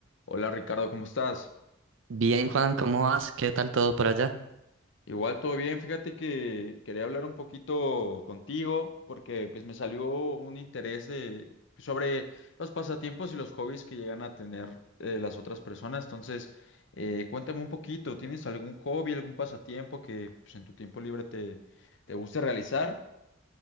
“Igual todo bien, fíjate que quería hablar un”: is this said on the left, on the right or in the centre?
Left